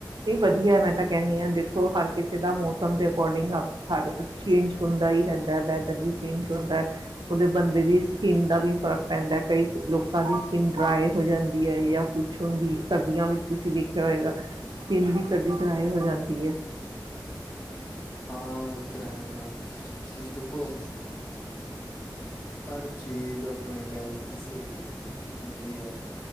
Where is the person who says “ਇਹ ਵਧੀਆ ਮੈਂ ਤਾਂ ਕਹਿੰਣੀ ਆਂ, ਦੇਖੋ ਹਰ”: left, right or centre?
Right